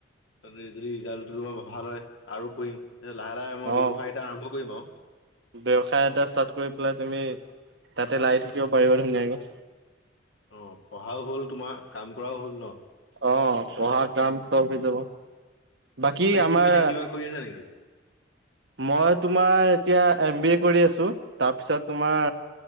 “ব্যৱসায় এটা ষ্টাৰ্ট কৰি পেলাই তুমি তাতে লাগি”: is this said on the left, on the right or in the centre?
Right